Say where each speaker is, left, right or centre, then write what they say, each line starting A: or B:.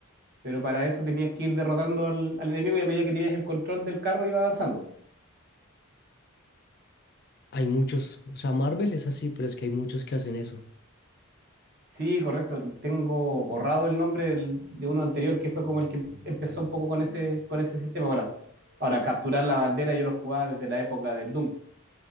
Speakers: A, on the right; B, on the left.
A: pero para eso tenías que ir derrotando al, al enemigo y a medida que tenías el control del carro iba avanzando.
B: Hay muchos, o sea, Marvel es así, pero es que hay muchos que hacen eso.
A: Sí, correcto. Tengo borrado el nombre del- de uno anterior que fue como el que em- empezó un poco con ese, con ese sistema. Bueno, ahora capturar la bandera yo lo jugaba desde la época del Doom